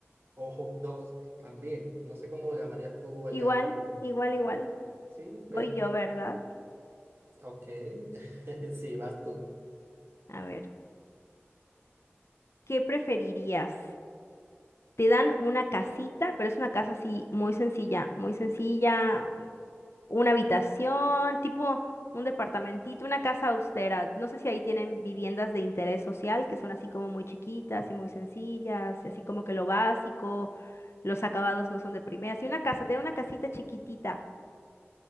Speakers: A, on the right; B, on the left.
A: o hot dogs también. No sé cómo lo llamarías tú allá
B: Igual,
A: en tu...
B: igual, igual.
A: Sí, pero...
B: Voy yo, ¿verdad?
A: Ok, <laughs> sí, vas tú.
B: A ver, ¿qué preferirías? Te dan una casita, pero es una casa así muy sencilla, muy sencilla. una habitación, tipo un departamentito, una casa austera. No sé si ahí tienen viviendas de interés social que son así como muy chiquitas y muy sencillas, y así como que lo básico, los acabados no son de primera. Si una casa, tiene una casita chiquitita